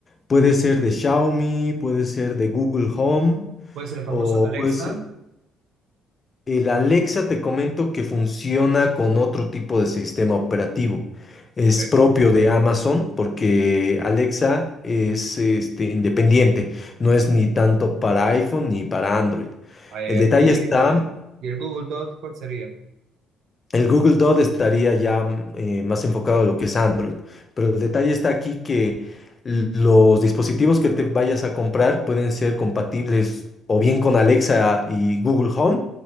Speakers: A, on the left; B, on the right.
A: Puede ser de Xiaomi, puede ser de Google Home,
B: Puede ser el famoso
A: o
B: Alexa,
A: pues el Alexa te comento que funciona con otro tipo de sistema operativo. Es
B: Ok.
A: propio de Amazon porque Alexa es este, independiente, no es ni tanto para iPhone ni para Android.
B: eh,
A: El detalle
B: y
A: está
B: el, y el Google Dot, ¿cuál sería?
A: El Google Dot estaría ya mm, eh, más enfocado a lo que es Android, pero el detalle está aquí que l- los dispositivos que te vayas a comprar pueden ser compatibles o bien con Alexa y Google Home,